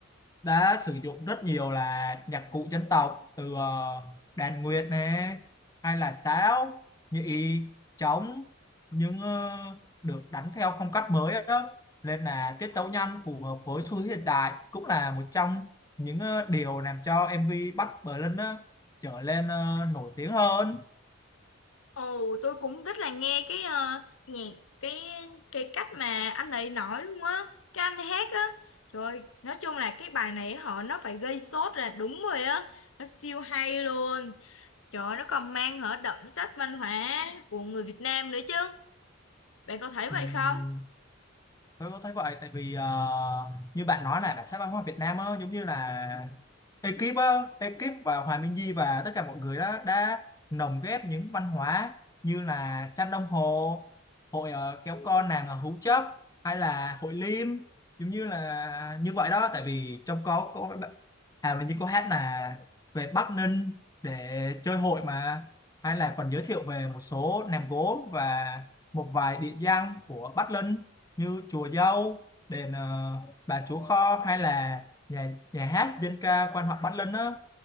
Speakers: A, on the left (about 20°); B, on the left (about 80°).
A: đã sử dụng rất nhiều là nhạc cụ dân tộc từ ờ, đàn nguyệt nè hay là sáo nhị trống nhưng ờ, được đánh theo phong cách mới á nên là tiết tấu nhanh phù hợp với xu thế hiện đại cũng là một trong những ờ, điều làm cho MV Bắc Bling á, trở lên ờ, nổi tiếng hơn
B: Ồ, tôi cũng rất là nghe cái ờ, nhạc cái cái cách mà anh ấy nói luôn á, cái anh hát á. Trời ơi, nói chung là cái bài này họ nó phải gây sốt là đúng rồi á, nó siêu hay luôn. Trời ơi, nó còn mang hở đậm sắc văn hóa của người Việt Nam nữa chứ. Bạn có thấy vậy
A: Ừm,
B: không?
A: tôi có thấy vậy tại vì ờ, như bạn nói là bản sắc văn hóa Việt Nam á giống như là ekip á ekip và Hòa Minh Di và tất cả mọi người đó đã lồng ghép những văn hóa như là tranh đồng hồ hội ờ, kéo con nàng ở Hú Chấp hay là hội Liêm giống như là như vậy đó tại vì trong có có à mình như có hát là về Bắc Ninh để chơi hội mà hay là còn giới thiệu về một số nèm gốm và một vài địa danh của Bắc Ninh như chùa Dâu, đền ờ, Bà Chúa Kho hay là nhà nhà hát dân ca quan họ Bắc Ninh á